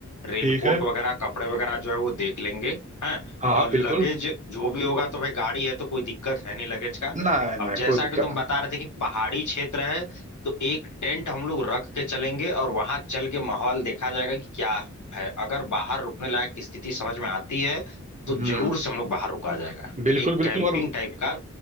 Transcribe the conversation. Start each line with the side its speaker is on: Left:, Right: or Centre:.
Left: रेनकोट
Right: ठीक है
Left: वगैरह कपड़े वगैरह जो है वो देख लेंगे हैं
Right: हाँ हाँ
Left: और लगेज
Right: बिल्कुल
Left: जो भी होगा तो भाई गाड़ी है तो कोई दिक्कत है नहीं लगेज का
Right: ना ना
Left: अब जैसा
Right: कोई दिक्कत
Left: कि तुम बता रहे थे कि पहाड़ी क्षेत्र है तो एक टेंट हम लोग रख के चलेंगे और वहां चल के माहौल देखा जाएगा कि क्या है अगर बाहर रुकने लायक की स्थिति समझ में आती है तो
Right: नहीं हम्म
Left: जरूर से हम लोग बाहर रुका जाएगा
Right: बिल्कुल
Left: एक
Right: बिल्कुल
Left: कैंपिंग
Right: और
Left: टाइप का